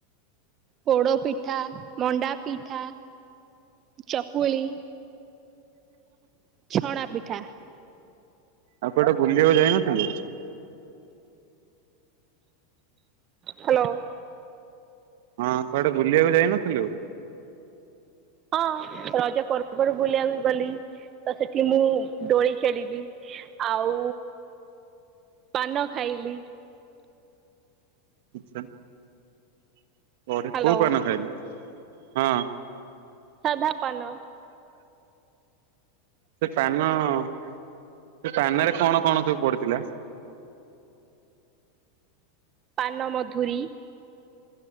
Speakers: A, on the right (about 35°); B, on the right (about 60°).
A: ପୋଡ଼ପିଠା ମଣ୍ଡାପିଠା ଚକୁଳି। ଛଣା ପିଠା
B: ଆଉ କୁଆଡ଼େ ବୁଲିବାକୁ ଯାଇନଥିଲୁ?
A: ହାଲୋ।
B: ହଁ କୁଆଡ଼େ ବୁଲିବାକୁ ଯାଇନଥିଲୁ?
A: ହଁ ରଜ ପର୍ବରୁ ବୁଲିବାକୁ ଗଲି। ତ ସେଠି ମୁଁ ଦୋଳି ଖେଳିବି ଆଉ ପାନ ଖାଇଲି।
B: ଇଛା କୋଉଠି
A: ହ୍ୟାଲୋ
B: କୋଉ ପାନ ଖାଇଲୁ? ହଁ।
A: ସାଧା ପାନ।
B: ସେ ପାନ ସେ ପାନେରେ କଣ କଣ ସବୁ ପଡ଼ିଥିଲା?
A: ପାନମଧୁରୀ